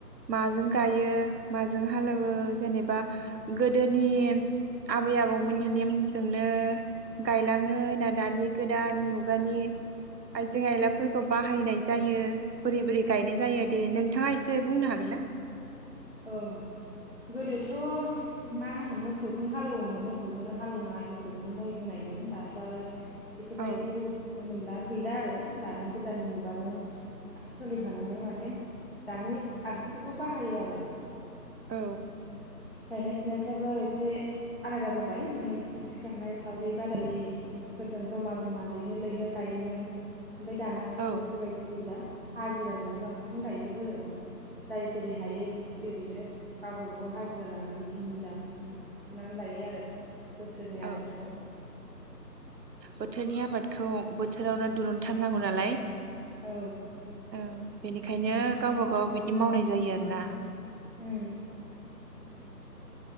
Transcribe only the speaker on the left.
औ गोदोथ' मा होनो मोसौजों हालेवोमोन मोसौजोंनो हालौवनाय मोसौजोंनो मै होनायमोन दाथ' आरो बेफोरबायदिखौ
नुनो मोनला गैला आरो। दानि गोदान मुगाजों सलि फानानानै माने दानि आगजुफोरखौ बाहायो आरो।
गायनाय फुनायफ्राबो एसे आलादा जाबाय माने सि-सिगांहाय सावरि बादालि फोरजों जमा जमा लैहोर लैहोर गायोमोन। ओमफाय दानाथ'
बेफोरबायदि गैला। हाजिराजोंनो बांसिन गायजोबो आरो बाम। जाय जेरै हायो नो गावबा गाव हाजिरा लानानै धुम दाम <unintelligible> लायो आरो। बोसोरनि
आबादखौ
औ।
उ।